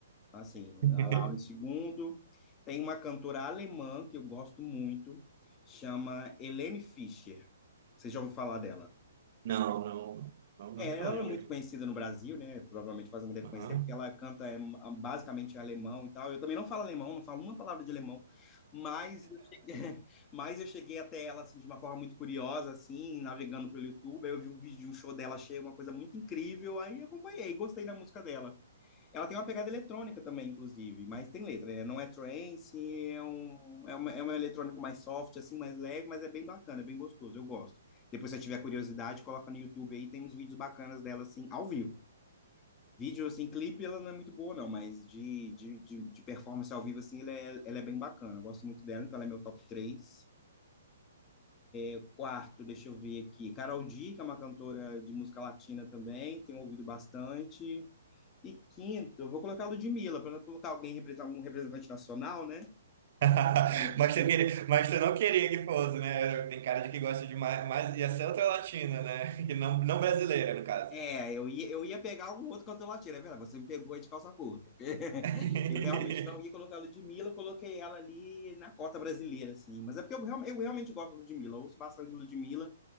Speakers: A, on the left; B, on the right.
A: Assim,
B: <laughs>
A: a Laura em segundo. Tem uma cantora alemã que eu gosto muito, chama Helene Fischer. Você já ouviu falar dela?
B: Não, não, não,
A: É,
B: nunca
A: ela
B: lembro.
A: é muito conhecida no Brasil, né? Provavelmente quase não deve
B: Aham.
A: conhecer, porque ela canta é, ah, basicamente em alemão e tal. Eu também não falo alemão, não falo uma palavra de alemão, mas eu cheguei, <laughs> mas eu cheguei até ela assim, de uma forma muito curiosa, assim, navegando pelo YouTube. Aí eu vi um vídeo de um show dela, achei uma coisa muito incrível, aí acompanhei, gostei da música dela. Ela tem uma pegada eletrônica também, inclusive, mas tem letra, né? Não é trance, é um, é uma, é um eletrônico mais soft, assim, mais leve, mas é bem bacana, é bem gostoso, eu gosto. Depois, se você tiver curiosidade, coloca no YouTube aí, tem uns vídeos bacanas dela, assim, ao vivo. Vídeo, assim, clipe, ela não é muito boa, não, mas de, de, de, de performance ao vivo, assim, ela é, ela é bem bacana. Eu gosto muito dela, então ela é meu top três É, quarto, deixa eu ver aqui, Carol D, que é uma cantora de música latina também, tenho ouvido bastante. E quinto, eu vou colocar a Ludmilla, para não colocar alguém represent- um representante nacional, né?
B: <laughs>
A: Ludmilla.
B: Mas tu queria, mas tu não queria que fosse, né? Tem cara de que gosta de mais, mais ia ser outra latina, né? Que não, não brasileira, no caso.
A: É, eu ia, eu ia pegar algum outro cantor latino, é verdade, você me pegou aí de calça curta, porque <laughs>
B: <laughs>
A: eu realmente não ia colocar a Ludmilla, eu coloquei ela ali na cota brasileira, assim, mas é porque eu, real- eu realmente gosto da Ludmilla, eu ouço bastante de Ludmilla,